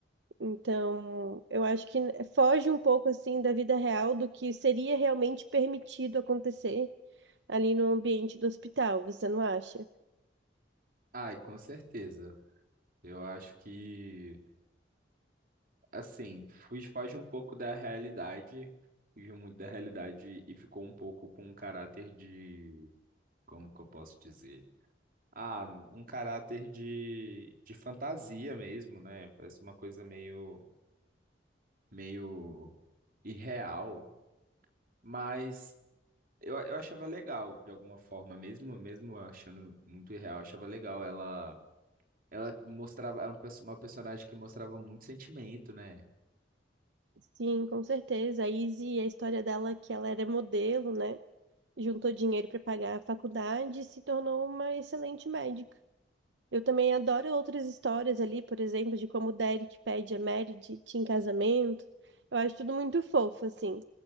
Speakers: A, on the right (about 75°); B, on the right (about 50°).
A: Então, eu acho que foge um pouco assim da vida real do que seria realmente permitido acontecer ali no ambiente do hospital, você não acha?
B: Ai, com certeza. Eu acho que assim, fuge foge um pouco da realidade, fugiu muito da realidade e ficou um pouco com um caráter de, como que eu posso dizer? Ah, um caráter de, de fantasia mesmo, né? Parece uma coisa meio meio irreal, mas eu, eu achava legal de alguma forma, mesmo mesmo achando muito irreal, eu achava legal. Ela ela mostrava era uma pers- uma personagem que mostrava muito sentimento, né?
A: Sim, com certeza. A Izzy, a história dela é que ela era modelo, né? juntou dinheiro para pagar a faculdade e se tornou uma excelente médica. Eu também adoro outras histórias ali, por exemplo, de como o Derek pede a Mary de de- em casamento. Eu acho tudo muito fofo, assim.